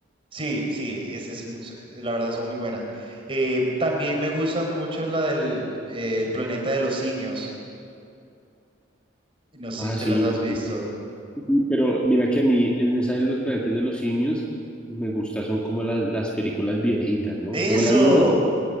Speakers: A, on the right (about 25°); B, in the centre.
A: Sí, sí, es, es mu- se- la verdad son muy buenas. Eh, también me gusta mucho la del eh, el planeta de los simios. No sé
B: Ah,
A: si te
B: sí,
A: las has visto.
B: sí, sí, pero mira que a mí en esa de los planetas de los simios me gusta, son como las, las películas viejitas, ¿no?
A: ¡Eso!
B: No las nuevas,